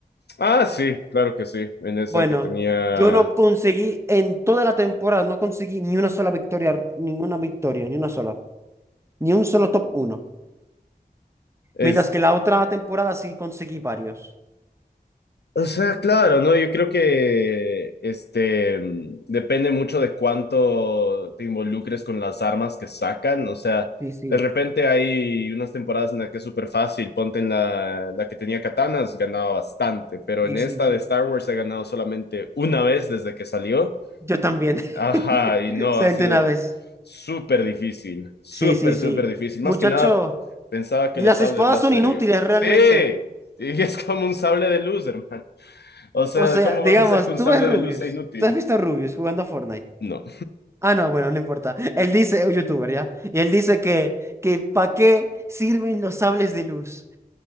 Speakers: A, on the left; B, on the right.
A: Ah, sí, claro que sí. En esa
B: Bueno,
A: que tenía.
B: yo no conseguí, en toda la temporada, no conseguí ni una sola victoria, ninguna victoria, ni una sola. Ni un solo top uno.
A: es
B: Mientras que la otra temporada sí conseguí varios.
A: O sea, claro, ¿no? Yo creo que este mm, depende mucho de cuánto te involucres con las armas que sacan. O sea,
B: Sí, sí,
A: de repente hay unas temporadas en las que es súper fácil. Ponte en la, la que tenía katanas, ganaba bastante. Pero
B: sí,
A: en esta
B: sí, sí.
A: de Star Wars he ganado solamente una vez desde que salió.
B: Yo también.
A: Ajá,
B: <laughs>
A: y no,
B: Solamente
A: ha sido
B: una vez.
A: súper difícil. Súper,
B: Sí, sí, sí.
A: súper difícil. Más
B: Muchacho.
A: que nada, pensaba que
B: Las
A: los sables
B: espadas
A: láser.
B: son inútiles
A: y-
B: realmente.
A: Sí, y <laughs> es como un sable de luz, hermano. O sea,
B: O sea,
A: ¿cómo
B: digamos,
A: vas a hacer que un
B: tú
A: sable
B: ves Rubius.
A: de luz sea inútil?
B: ¿Tú has visto a Rubius jugando a Fortnite?
A: No.
B: Ah, no, bueno, no importa. Él dice, un youtuber, ¿ya? Y él dice que, que ¿para qué sirven los sables de luz?